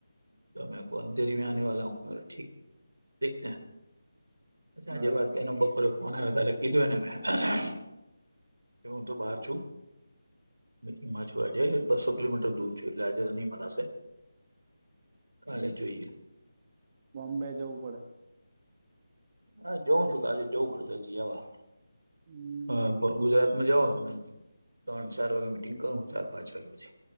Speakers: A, on the right; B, on the right.
A: તો મે કો અંધેરી મે આને વા હું ઠીક દેખતે અચ્છા
B: બરાબર
A: જે વાત એનો બપોરે. મને વધારે કીધુંને મેં હું તો બહાર છું. મીટિંગમાં છું, આજે બસો કિલોમીટર દૂર છું, એટલે આજે નહી મનાશે. કાલે જોઈએ.
B: બોમ્બે જવું પડે.
A: હા જઉં છું કાલે જવું પડે જી આવા
B: હમ
A: હ. ગુજરાત માં જવાનું નેમ ત્રણ ચાર વાગે મીટિંગ કરનું ચાર પાંચ વાગે પછી